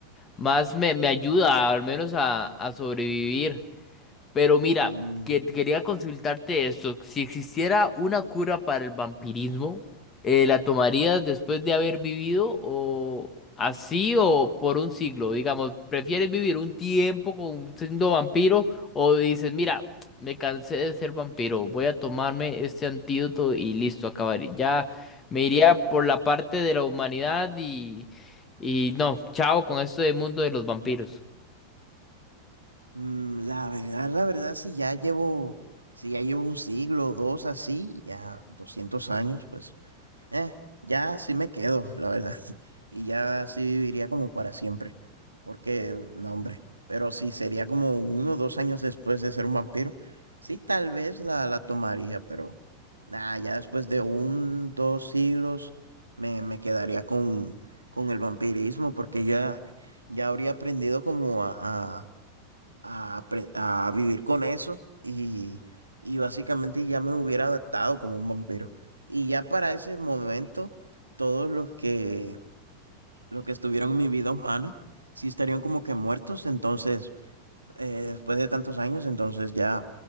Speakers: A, on the left; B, on the right.
A: más me, me ayuda al menos a, a sobrevivir. Pero mira,
B: Mm,
A: que- quería consultarte esto. Si existiera una cura para el vampirismo, eh, ¿la tomarías después de haber vivido o así o por un siglo? Digamos, ¿prefieres vivir un tiempo con, siendo vampiro o dices, mira, me cansé de ser vampiro, voy a tomarme este antídoto y listo, acabaría. Ya me iría por la parte de la humanidad y, y no, chao con esto del mundo de los vampiros.
B: mm, la verdad, la verdad, si ya llevo, si ya llevo un siglo o dos así, ya 200 años, pues, eh, ya sí me quedo, la verdad. y ya así viviría como para siempre. Porque, no, hombre, pero si sería como uno o dos años después de ser un vampiro, sí, tal vez la, la tomaría, pero nada, ya después de un, dos siglos me, me quedaría con, con el vampirismo porque ya, ya habría aprendido como a, a, a apre- a vivir con eso y, y básicamente ya me hubiera adaptado como un vampiro. Y ya para ese momento, todos los que los que estuvieron en mi vida humana, sí estarían como que muertos, entonces, eh, después de tantos años, entonces ya,